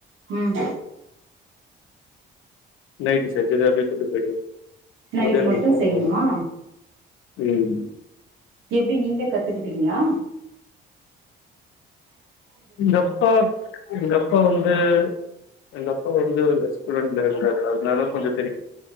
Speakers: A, on the right; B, on the left.
A: ம்
B: நைட்டு செஞ்சத அப்டியே கொண்டு போயிடுவ
A: நைட்டு
B: மதியானோ மட்டு
A: செய்யணுமா
B: ம்
A: எப்டி நீங்ளே கத்துக்கிட்டீங்ளா
B: எப்பா இந்த அப்பா வந்து எங்க அப்பா வந்து ரெஸ்டூடண்ல இருந்தாரு அதனால கொஞ்ச தெரியு